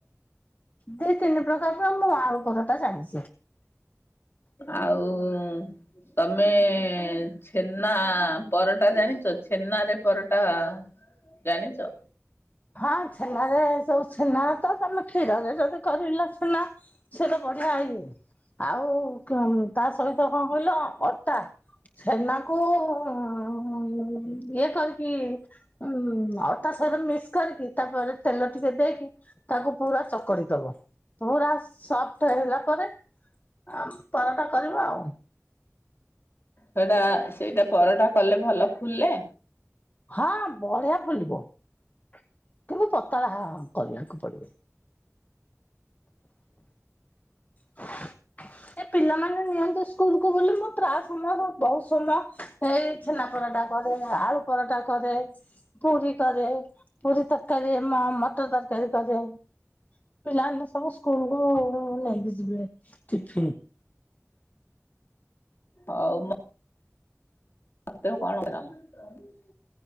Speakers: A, on the left; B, on the left.
A: ଦି ତିନି ପ୍ରକାରର ମୁଁ ଆଳୁ ପରଟା ଜାଣିଛି।
B: ଆଉ ଉଁ ତମେ ଛେନା ପରଟା ଜାଣିଚ? ଛେନା ରେ ପରଟା ଜାଣିଚ?
A: ହଁ ଛେନାରେ, ସବୁ ଛେନା ତ ତମେ କ୍ଷୀରରେ ଯଦି କରିଲ ଛେନା ସେ ତ ବଢିଆ ଇଏ, ଆଉ ତା ସହିତ କଣ କହିଲ ଅଟା ଛେନାକୁ ଉଁ ଇଏ କରି କି ଉଁ ଅଟା ସହିତ ମିକ୍ସ କରିକି, ତାପରେ ତେଲ ଟିକେ ଦେଇକି ତାକୁ ପୁରା ଚକଡି ଦବ। ପୁରା ସଫ୍ଟ ହେଲା ପରେ ଆ ପରଟା କରିବା ଆଉ
B: ସେଟା, ସେଇଟା ପରଟା କଲେ ଭଲ ଫୁଲେ?
A: ହଁ ବଢିଆ ଫୁଲିବ। କିନ୍ତୁ ପତଳା ହ କରିବାକୁ ପଡିବ। <unintelligible> ଏ ପିଲାମାନେ ନିଅନ୍ତୁ ସ୍କୁଲ କୁ ବୋଲି, ମୁଁ ପ୍ରାୟ ସମୟ ବହୁତ ସମୟ, ଏଇ ଛେନାପୋଡ ଟା। କରେ, ଆଳୁ ପରଟା କରେ, ପୁରୀ କରେ ପୁରୀ ତ ତରକାରୀ ମ-ମଟର ତରକାରୀ କରେ। ପିଲାମାନେ ସବୁ ସ୍କୁଲ କୁ ନେଇକି ଯିବେ ଟିଫିନ।
B: ହଉ ମ ମତେ ଆଉ କଣ ପଚାର। <unintelligible>